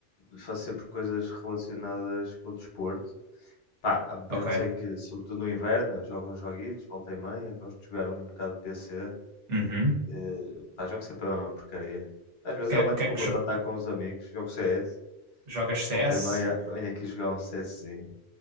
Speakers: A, on the left; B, on the right.
A: faço sempre coisas relacionadas com o desporto. Pá, há momentos
B: Ok.
A: em que, sobretudo no inverno, jogo uns joguitos, volta e meia, gosto de jogar um bocado de PC.
B: Uhum. O
A: Eh, pá, jogo sempre é uma porcaria. Às vezes
B: que,
A: é
B: é
A: uma
B: o
A: desculpa
B: que é que jo-
A: para estar com os amigos, jogo CS,
B: jogas CS?
A: volta e meia, venho aqui jogar um CSzinho.